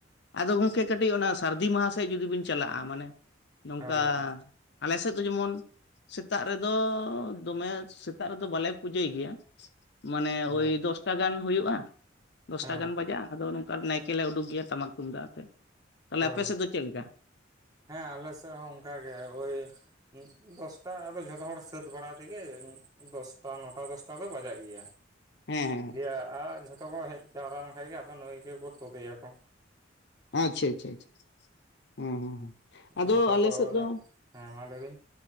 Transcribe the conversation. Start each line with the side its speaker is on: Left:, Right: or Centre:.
Left: ᱟᱫᱚ ᱜᱚᱝᱠᱮ ᱠᱟᱹᱴᱤᱡ ᱚᱱᱟ ᱥᱟᱹᱨᱫᱤ ᱢᱟᱦᱟ ᱥᱮᱫ ᱡᱩᱫᱤ ᱵᱤᱱ ᱪᱟᱞᱟᱜᱼᱟ᱾ ᱢᱟᱱᱮ ᱱᱚᱝᱠᱟ
Right: ᱦᱳᱭ
Left: ᱟᱞᱮ ᱥᱮᱫ ᱫᱚ ᱡᱮᱢᱚᱱ ᱥᱮᱛᱟᱜ ᱨᱮᱫᱚ, ᱫᱚᱢᱮ ᱥᱮᱛᱟᱜ ᱨᱮᱫᱚ ᱵᱟᱞᱮ ᱯᱩᱡᱟᱹᱭ ᱜᱮᱭᱟ᱾ ᱢᱟᱱᱮ
Right: ᱚ
Left: ᱳᱭ ᱫᱚᱥᱴᱟ ᱜᱟᱱ ᱦᱩᱭᱩᱜᱼᱟ᱾ ᱫᱚᱥᱴᱟ
Right: ᱦᱮᱸ
Left: ᱜᱟᱱ ᱵᱟᱡᱟᱜ ᱟᱫᱚ ᱱᱚᱝᱠᱟ ᱱᱟᱭᱠᱮ ᱞᱮ ᱩᱰᱩᱩᱠ ᱜᱮᱭᱟ ᱴᱟᱢᱟᱠ ᱛᱩᱢᱫᱟᱜ ᱟᱛᱮᱫ, ᱛᱟᱦᱚᱞᱮ
Right: ᱦᱳᱭ
Left: ᱟᱯᱮ ᱥᱮᱫ ᱫᱚ ᱪᱮᱫ ᱞᱮᱠᱟ
Right: ᱦᱮᱸ ᱟᱞᱮ ᱥᱮᱫ ᱦᱚᱸ ᱚ ᱝᱠᱟᱜ ᱜᱮ ᱳᱭ ᱫᱚᱥᱴᱟ ᱟᱫᱚ ᱡᱷᱚᱛᱚ ᱦᱚᱲ ᱥᱟᱹᱛ ᱵᱟᱲᱟ ᱛᱮᱜᱮ, ᱫᱚᱥᱴᱟ ᱱᱚᱴᱟ ᱫᱚᱥᱴᱟ ᱫᱚ ᱵᱟᱡᱟᱜ ᱜᱮᱭᱟ᱾
Left: ᱦᱮᱸ ᱦᱮᱸ
Right: ᱫᱤᱭᱮ ᱟ, ᱡᱷᱚᱛᱚ ᱠᱚ ᱦᱮᱡ ᱡᱟᱣᱨᱟ ᱞᱮᱱᱠᱷᱟᱡ ᱜᱮ ᱟᱫᱚ ᱱᱟᱹᱭ ᱜᱮᱠᱚ ᱛᱩᱫᱮᱭᱟ ᱠᱚ᱾
Left: ᱟᱪᱪᱷᱟ ᱟᱪᱪᱷᱟ ᱦᱮᱸ ᱦᱮᱸ ᱦᱮᱸ ᱟᱫᱚ
Right: ᱡᱷᱚᱛᱚ
Left: ᱟᱞᱮ
Right: ᱛᱚ
Left: ᱥᱮᱫ
Right: ᱩᱱᱟᱹᱜ
Left: ᱫᱚ
Right: ᱦᱮᱸ ᱢᱟ ᱞᱟᱹᱭ ᱵᱤᱱ